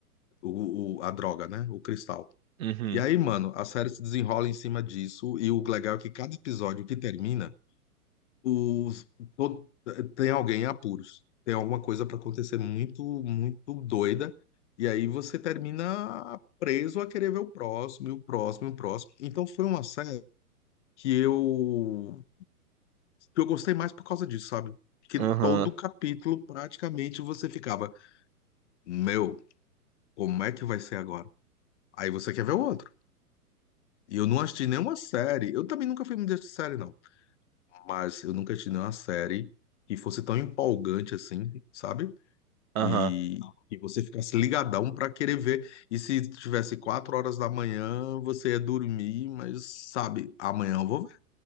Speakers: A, on the left; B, on the right.
A: o, o- a droga, né? O cristal.
B: Uhum,
A: E aí, mano, a série se desenrola em cima disso, e o legal é que cada episódio que termina os, to- tem alguém em apuros, tem alguma coisa para acontecer muito, muito doida, e aí você termina preso a querer ver o próximo, e o próximo, e o próximo. Então foi uma série que eu, que eu gostei mais por causa disso, sabe? Que
B: aham,
A: todo capítulo praticamente você ficava, meu, como é que vai ser agora? Aí você quer ver o outro. E eu não assisti nenhuma série. Eu também nunca fui muito de série, não. Mas eu nunca assisti nenhuma série que fosse tão empolgante assim, sabe?
B: aham.
A: E, e você ficasse ligadão para querer ver. E se tivesse quatro horas da manhã, você ia dormir, mas sabe, amanhã eu vou ver.